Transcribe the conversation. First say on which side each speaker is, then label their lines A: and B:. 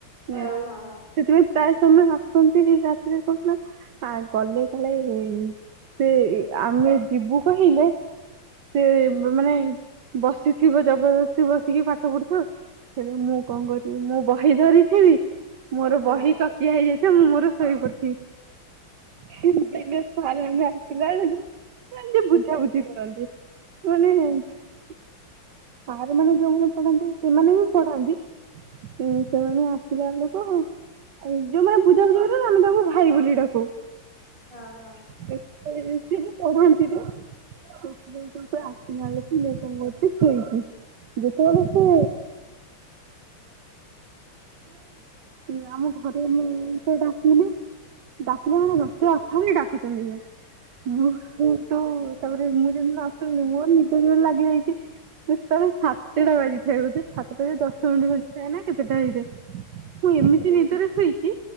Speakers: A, on the right (about 60°); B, on the right (about 20°).
A: ଉଁ
B: ହଁ ହଁ
A: ସେଥିପାଇଁ ପ୍ରାୟ ସମୟ ଆସନ୍ତି ଏଇ ରାତିରେ କଣ ନା ଆ ଗଲେ କାଳେ ସେ ଆମେ ଯିବୁ କହିଲେ
B: ହଁ
A: ସେ ମାନେ ବସିଥିବ ଜବରଦସ୍ତି ବସିକି ପାଠ ପଢୁଥିବେ ହେଲେ ମୁଁ କଣ କରିବି ମୁଁ ବହି ଧରିଥିବି ମୋର
B: ହଁ
A: ବହି ତକିଆ ହେଇଯାଇଥିବ ମୁଁ ମୋର ଶୋଇ ପଡିଥିବି। ଦିନେ <unintelligible> ଆସିଲା ବେଳକୁ ସେ ଏମିତି ବୁଝା ବୁଝି କରନ୍ତି। ସେ ମାନେ ସାର୍ ମାନେ ଯୋଉମାନେ ପଢାନ୍ତି ସେମାନେ ବି ପଢାନ୍ତି? ଉଁ ସେ ମାନେ ଆସିଲା ବେଳକୁ ଯୋଉମାନେ ବୁଝା ବୁଝି କରନ୍ତି ଆମେ ତାଙ୍କୁ ଭାଇ ବୋଲି ଡାକୁ।
B: ହଁ ହଁ।
A: <unintelligible> ସେ ବି ପଢ଼ାନ୍ତି ବି। <unintelligible> ଦେଖିଲା ବେଳକୁ ଇଏ କଣ କରୁଚି ଶୋଇଚି। ଶୋଇଛିି ଯେତେବେଳେ ସେ। <unintelligible> ଥରେ ମୁଁ ତ ଡାକିଲି ପିଲାମାନେ <unintelligible> ଡାକୁଛନ୍ତି ଯେ। ମୁଁ ତୁ ତ ତାପରେ ମୁଁ ଯେମିତି ନଶୁଣିଲି ମୋର ନିଦ ଜୋରେ ଲାଗିଯାଇଚି। ସେତେବେଳେ ସା କେଇଟା ବାଜିଚି ଖାଇବ ସେ ସାତ ଦଶ ମିନିଟ <unintelligible> କେତେଟା ହେଇଯାଏ। ମୁଁ ଏମିତି ନିଦରେ ଶୋଇଚି